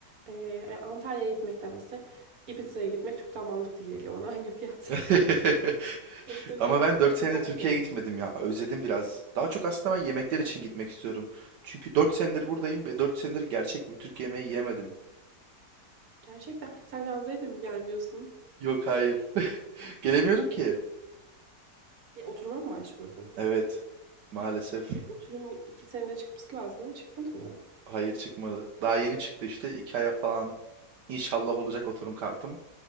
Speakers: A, on the right; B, on the right.
A: Ee, yani Antalya'ya gitmektense Ibiza'ya gitmek çok daha mantıklı geliyor bana aynı fiyat.
B: <laughs>
A: <laughs> Çok da
B: Ama
A: yani
B: ben 4
A: çok
B: senedir
A: da farkı
B: Türkiye'ye
A: yok.
B: gitmedim ya. Özledim biraz. Daha çok aslında ben yemekler
A: Ama
B: için gitmek istiyorum. Çünkü 4 senedir buradayım ve 4 senedir gerçek bir Türk yemeği yemedim.
A: Gerçekten sen yazları da mı gelmiyorsun?
B: Yok hayır. Gelemiyorum ki.
A: E, oturuma mı başvurdun?
B: Evet. Maalesef
A: E, oturum iki senede çıkması lazım ama çıkmadı mı?
B: hayır çıkmadı. Daha yeni çıktı işte. 2 aya falan inşallah olacak oturum kartım.